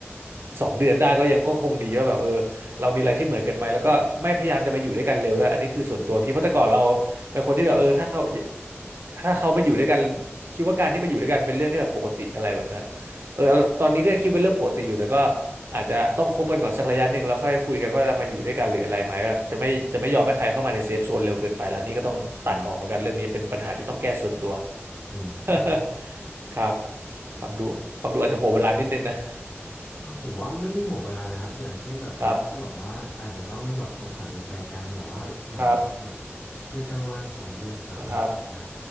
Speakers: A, on the right; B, on the left.
A: สองเดือนได้ก็ยังก็คงดีว่าแบบเออเรามีอะไรที่เหมือนกันไหมแล้วก็ไม่พยายามจะมาอยู่ด้วยกันเร็วด้วยอันนี้คือส่วนตัวพี่เพราะแต่ก่อนเราเป็นคนที่แบบเออถ้าเขาถ้าเขามาอยู่ด้วยกันคิดว่าการที่มาอยู่ด้วยกันเป็นเรื่องที่แบบปกติอะไรแบบนั้นเออตอนนี้ก็ยังคิดเป็นเรื่องปกติอยู่แต่ก็อาจจะต้องคบกันก่อนสักระยะหนึ่งแล้วค่อยคุยกันว่าจะมาอยู่ด้วยกันหรืออะไรไหมแบบจะไม่จะไม่ยอมให้ใครเข้ามาในเซฟโซนเร็วเกินไปแล้วนี่ก็ต้องตัดออกเหมือนกันเรื่องนี้เป็นปัญหาที่ต้องแก้ส่วนตัว
B: อืมอืมครับ
A: <laughs> ครับฟังดูฟังดูอาจจะหัวโบราณนิดนึงนะ
B: อ่าผมว่าไม่ได้ห่วงเวลานะครับอย่างเช่นแบบตอนที่พี่บอกว่าอาจจะต้องแบบคบหาดูใจกันแบบว่าอย่างน้อยก็แบบคุยกันประมาณสองเดือนสามเดือนนะครับ
A: <laughs> ครับ ครับ ครับ